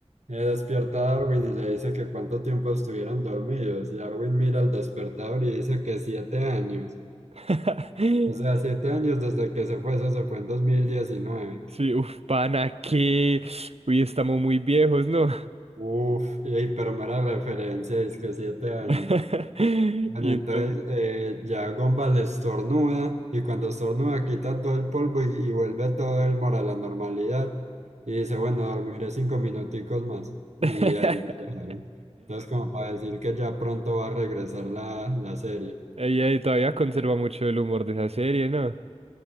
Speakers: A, on the right; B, on the right.
A: eh, despierta a Darwin y le dice que cuánto tiempo estuvieron dormidos. Y Darwin mira el despertador y dice que siete años.
B: <laughs>
A: O sea, siete años desde que se fue, eso se fue en dos mil diecinueve
B: Sí, uf, pana, que. Uy, estamos muy viejos, ¿no?
A: Uf, y, pero mera referencia, es que siete años.
B: <laughs>
A: Bueno,
B: Y
A: entonces
B: entonces.
A: eh, ya Gumball estornuda y cuando estornuda quita todo el polvo y, y vuelve todo el moro a la normalidad y dice, bueno, dormiré cinco minuticos más y
B: <laughs>
A: ahí lo dejaron. Entonces como para decir que ya pronto va a regresar la, la serie.
B: Ella todavía conserva mucho el humor de esa serie, ¿no?